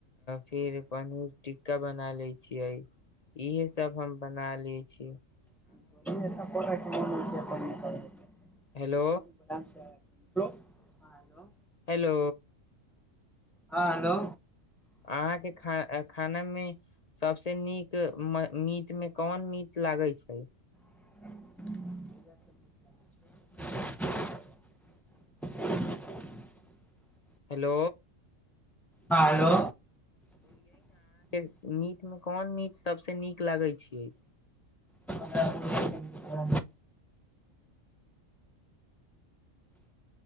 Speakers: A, on the left; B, in the centre.
A: फिर पनीरट का बना ले छियै इहे सभ हम बना ले छीयै
B: <unintelligible>
A: हेलो
B: कोन काम छै हेलो ह हेलो
A: हेलो
B: हँ हेलो
A: अहाँके खा खानामे सबस नीक मीट मे कोन मीट लागै छै
B: <inaudible>
A: हेलो
B: हँ हेलो
A: मीटमे कोन मीट सभसँ नीक लगै छैै
B: <inaudible>